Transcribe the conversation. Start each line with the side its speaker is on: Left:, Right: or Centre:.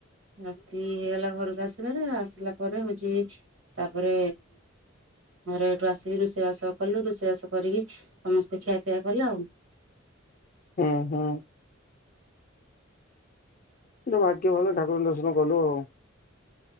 Right: ରାତି ହେଇଗଲା ଘରକୁ ଆସିବାରେ ଆସିଲା ପରେ ହଉଛି ତାପରେ ଘରେ ଏଇଠୁ ଆସିକି ରୁଷେଇବାସ କଲୁ ରୁଷେଇବାସ କରିକି ସମସ୍ତେ ଖିଆପିଆ କଲ ଆଉ।
Left: ଉଁ ହୁଁ। ଏଇଟା ଭାଗ୍ୟ ଭଲ ଠାକୁରଙ୍କ ଦର୍ଶନ କଲୁ ଆଉ।